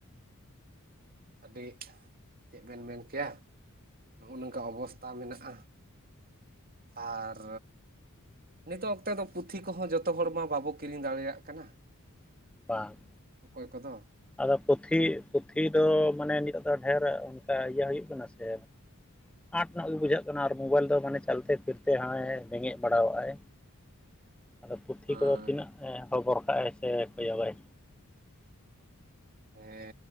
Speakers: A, on the right (about 40°); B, in the centre.
A: ᱟᱹᱰᱤ ᱪᱮᱫ ᱵᱮᱱ ᱢᱮᱱ ᱠᱮᱭᱟ ᱱᱚᱜᱼᱚ ᱱᱚᱝᱠᱟ ᱚᱵᱚᱥᱛᱟ ᱢᱮᱱᱟᱜᱼᱟ᱾ ᱟᱨᱻ ᱱᱤᱛᱚᱜ ᱚᱠᱛᱮ ᱫᱚ ᱯᱩᱛᱷᱤ ᱠᱚᱦᱚᱸ ᱡᱚᱛᱚ ᱦᱚᱲ ᱢᱟ ᱵᱟᱵᱚ ᱠᱤᱨᱤᱧ ᱫᱟᱲᱮ ᱭᱟᱜ ᱠᱟᱱᱟ᱾
B: ᱵᱟᱝ
A: ᱚᱠᱚᱭ ᱠᱚᱫᱚ᱾
B: ᱟᱫᱚ ᱯᱩᱛᱷᱤ ᱯᱩᱛᱷᱤ ᱫᱚ ᱢᱟᱱᱮ ᱱᱤᱛᱚᱜ ᱫᱚ ᱰᱷᱮᱨ ᱚᱱᱠᱟ ᱤᱭᱟᱹ ᱦᱳᱭᱳᱜ ᱠᱟᱱᱟ ᱥᱮ ᱟᱸᱴ ᱧᱚᱸᱜ ᱜᱮ ᱵᱩᱡᱷᱟᱹᱜ ᱠᱟᱱᱟ ᱟᱨ ᱢᱳᱵᱟᱭᱤᱞ ᱫᱚ ᱢᱟᱱᱮ ᱪᱟᱞ ᱛᱮ ᱯᱷᱤᱨ ᱛᱮ ᱦᱚᱸᱭ ᱵᱮᱸᱜᱮᱫ ᱵᱟᱲᱟᱣᱟᱜᱼᱟᱭ᱾
A: <inaudible>
B: ᱟᱫᱚ ᱯᱩᱛᱷᱤ
A: ᱦᱳᱭ
B: ᱠᱚᱫᱚ ᱛᱤᱱᱟᱹᱜ ᱮ ᱦᱚᱵᱚᱨ ᱠᱟᱜᱼᱟᱭ ᱥᱮ ᱠᱚᱭᱚᱜ ᱟᱭ᱾
A: ᱦᱮᱸ